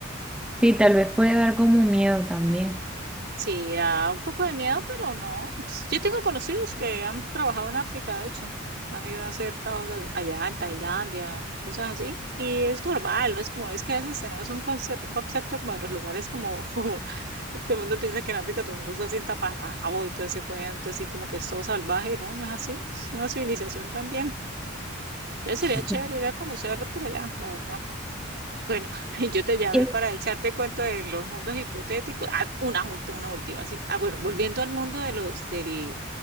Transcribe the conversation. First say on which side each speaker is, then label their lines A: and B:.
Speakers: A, in the centre; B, on the right (about 55°).
A: Sí, tal vez puede dar como miedo también.
B: Sí, da un poco de miedo, pero no. Pues, yo tengo conocidos que han trabajado en África, de hecho. Han ido a hacer trabajos a- allá en Tailandia, cosas así. Y es normal, ¿no? Es como, es que a veces tenemos un concepto, concepto como de los lugares como, <laughs> como todo el mundo piensa que en África todo el mundo está así en taparrabo y todo ese cuento, así como que es todo salvaje, y no, no es así. Es una civilización también. Ya sería
A: Sí.
B: chévere ir a conocer por allá, la verdad. Bueno, <laughs> yo te llamé
A: ¿Qué
B: para echarte cuento de los mundos hipotéticos. Ah, una última, una última. Así, ah, bueno, volviendo al mundo de los, del,